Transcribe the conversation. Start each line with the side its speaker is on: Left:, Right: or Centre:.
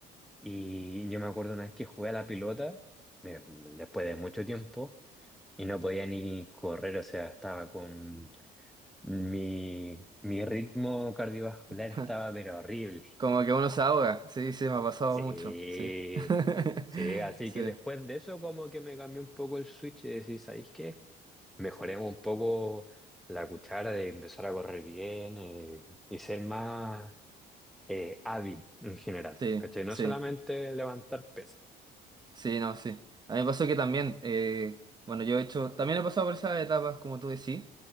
Centre: y yo me acuerdo una vez que jugué a la pelota, me- después de mucho tiempo, y no podía ni correr, o sea, estaba con mi, mi ritmo cardiovascular
Right: <laughs>
Centre: estaba pero horrible.
Right: Como que uno se ahoga. Sí, sí, me ha pasado
Centre: Sí,
Right: mucho. Sí. <laughs>
Centre: sí, así
Right: Sí,
Centre: que después de eso como que me cambió un poco el switch y decir, ¿sabéis qué? Mejoremos un poco la cuchara de empezar a correr bien eh, y ser más... eh, hábil en general,
Right: sí,
Centre: ¿cachai? No
Right: sí,
Centre: solamente levantar pesas.
Right: sí, no, sí. A mí me pasó que también, eh, bueno, yo he hecho, también he pasado por esas etapas, como tú decís.